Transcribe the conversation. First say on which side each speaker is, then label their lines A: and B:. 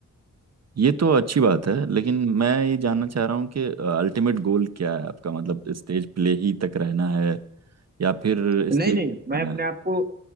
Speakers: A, on the right (about 55°); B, on the right (about 30°).
A: ये तो अच्छी बात है लेकिन मैं ये जानना चाह रहा हूँ कि अल्टीमेट गोल क्या है आपका मतलब स्टेज प्ले ही तक रहना है या फिर
B: नहीं
A: स्क्रीन
B: नहीं नहीं, मैं
A: आना
B: अपने
A: है
B: आप को